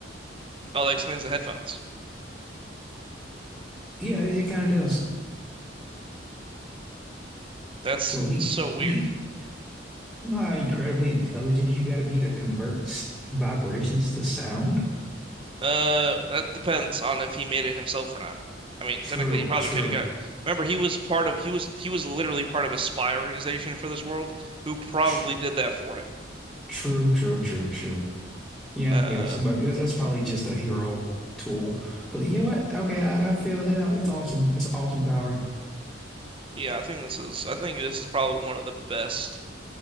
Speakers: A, on the right (about 30°); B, in the centre.
A: Oh, that explains the headphones.
B: Yeah, it, it kind of does.
A: That's
B: So he
A: so weird.
B: he You know how incredibly intelligent you got to be to convert s- vibrations to sound?
A: Uh, that depends on if he made it himself or not. I mean,
B: True,
A: technically, he probably
B: true,
A: could have got. Remember, he was part of he was he was literally part of a spy organization for this world who probably
B: tr-
A: did that for him.
B: true, true, true, true. Yeah,
A: Uh,
B: yeah. Somebody that's, that's probably just a hero tool. But you know what? Okay, I, I feel it now. It's awesome. It's awesome power.
A: yeah, I think this is I think this is probably one of the best